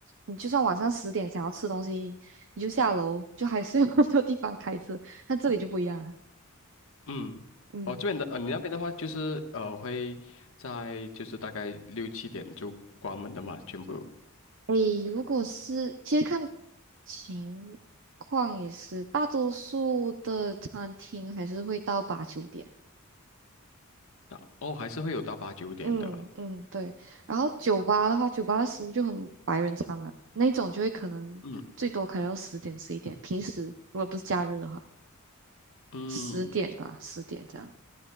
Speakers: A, on the right; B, on the left.
A: 你就算晚上十点想要吃东西，你就下楼，就还是 <laughs> 有很多地方开车。但这里就不一样了，
B: 嗯，
A: 嗯，
B: 哦，这边的呃，你那边的话就是呃会在就是大概六七点就关门的嘛，全部
A: 诶，如果是其实看情况也是，大多数的餐厅还是会到八九点。
B: 到哦还是会有到八九点的。
A: 嗯嗯，对。然后酒吧的话，酒吧的食物就很白人餐嘛，那种就会可能最多开到十点十一点。
B: 嗯
A: 平时如果不是假日的话，
B: 嗯，
A: 十点吧，十点这样。